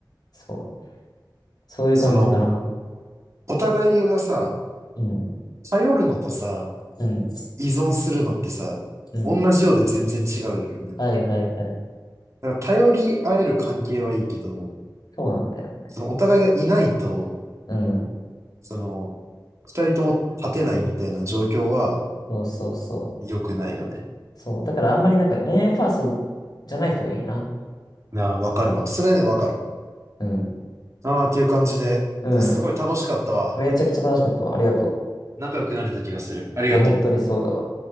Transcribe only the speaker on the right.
その、お互いがさ、
頼るのとさ、
依存するのってさ、
同じようで全然違うよね。だ
から頼り合える関係はいいけど、
そのお互いがいないと、
その、二人とも立てないみたいな状況は
良くないよね。
なあ、わかるわ。それね、わかる。
ああ、っていう感じで、
すごい楽しかったわ。
仲良くなれた気がする。ありがとう。